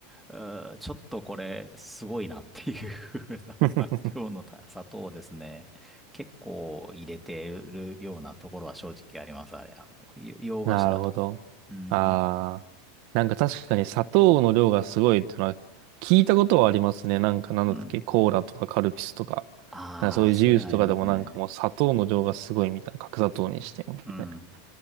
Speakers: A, in the centre; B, on the right (about 55°).
A: うーちょっとこれ、すごいなっていう風な
B: <laughs>
A: <laughs>、今日のた砂糖をですね、結構入れてるようなところは正直あります、あれ。あの、よ洋菓子だと。
B: なるほど。
A: うん。
B: ああ。なんか確かに砂糖の量がすごいっていうのは聞いたことはありますね。なんかなんだったっけコーラとかカルピスとか。
A: うん。ああ、
B: なんかそういうジュースとかでもなんかもう砂糖の量がすごいみたいな。
A: そういうのありますね。
B: 角砂糖にしてみたいな
A: うんうん。